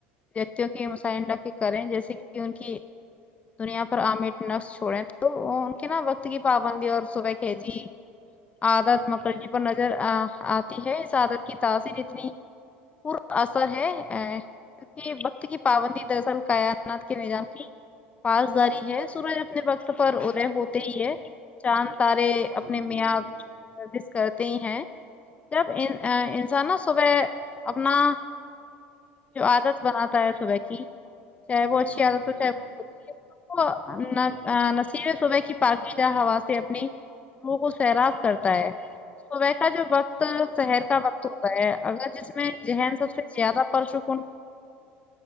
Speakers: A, on the left; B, on the right.
A: ویکتیوں کی مسائنہ کریں جیسے کہ ان کی دنیا پر آامر نقس چھوڑیں تو تو ان کے نا وقت کی پابندی اور صبح کے جی عادت مکرجی پر نظر آتی ہے اس عادت کی تاثیر اتنی پور اثر ہے ا کیکہ وقت کی پابندی درصل کائناات کے نظام کی پسداری ہے سورج اب اپنے وقت پر ادے
B: بالکل
A: ہوتے ہی ہے چاند تارے
B: جی
A: اپنے
B: جی
A: میاد گردش کرتے ہی ہیں جب ان انسان نا صبح اپنا جو عادت بناتا ہے صبح کی چاہے
B: جی
A: وہ اچھی عادت
B: جی جی
A: ہو چاہے وہ بری نصب صبح کی پاکدا ہوا سے اپنی لوگوں کو سیراب کرتا ہے صبح کا جو وقت
B: بالکل
A: سهر کا وقت ہوتا ہے اگر جس میں ذہن سب سے زیادہ پرسکوں